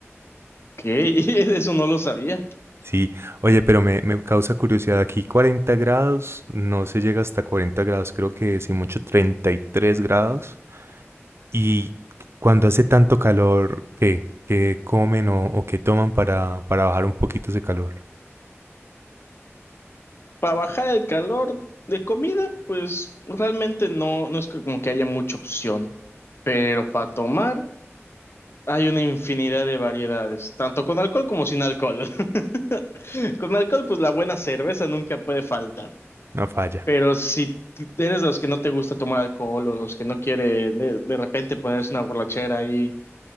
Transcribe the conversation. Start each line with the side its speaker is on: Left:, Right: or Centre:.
Left: Que <laughs> eso no lo sabía.
Right: Sí, oye, pero me, me causa curiosidad, aquí Cuarenta grados, no se llega hasta 40 grados, creo que si mucho 33 grados. Y cuando hace tanto calor, ¿qué, qué comen o, o qué toman para, para bajar un poquito ese calor?
Left: Para bajar el calor de comida, pues realmente no, no es que- como que haya mucha opción. Pero para tomar... Hay una infinidad de variedades, tanto con alcohol como sin alcohol. <laughs> Con alcohol, pues la buena cerveza nunca puede faltar.
Right: No falla.
Left: Pero si t- eres de los que no te gusta tomar alcohol o los que no quiere de, de repente ponerse una borrachera ahí,